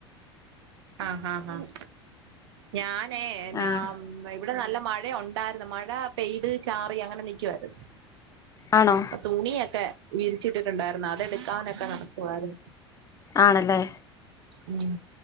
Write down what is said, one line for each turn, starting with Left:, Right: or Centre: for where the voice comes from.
Right: ആഹ് ആഹ് ആഹ്. ഞാനേ എന്നാം
Left: ആഹ്
Right: ഇവടെ നല്ല മഴ ഒണ്ടായ്ര്ന്നു മഴ പെയ്ത് ചാറി അങ്ങനെ നിക്കുവായിരുന്നു.
Left: ആണോ?
Right: അപ്പ തുണിയൊക്കെ വിരിച്ചിട്ടിട്ടുണ്ടായിര്ന്നു അതെടുക്കാനൊക്കെ നടക്കുവാരുന്നു.
Left: ആണല്ലേ?
Right: ഉം